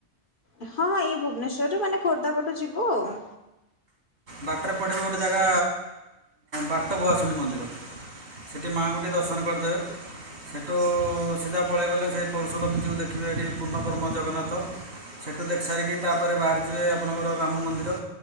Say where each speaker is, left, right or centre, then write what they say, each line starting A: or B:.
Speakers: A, on the left; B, on the right.
A: ହଁଁ ହଁ ଏଇ ଭୁବନେଶ୍ୱରରୁୁ ମାନେ ଖୋର୍ଦ୍ଧା ପଟୁ ଯିବୁ ଆଉ।
B: ବାଟେରେ ପଡିବ ଗୋଟେ ଜାଗା ବାଟ ଭୁଆଶୁଣୀ ମନ୍ଦିର। ସେଠି ମାଆଙ୍କୁ ଟିକିଏ ଦର୍ଶନ କରିଦେବେ। ସେଠୁ ସିଧା ପଳେଇଗଲେ ସେଇ ପର୍ଶୁରାମ ଯୋଉ ଦେଖିବି ହେଠି ପୂର୍ଣ୍ଣବ୍ରହ୍ମ ଜଗନ୍ନାଥ। ସେଠୁ ଦେଖିସାରିକି ତାପରେ ବାହାରିଯିବେ ଆପଣଙ୍କର ରାମ ମନ୍ଦିର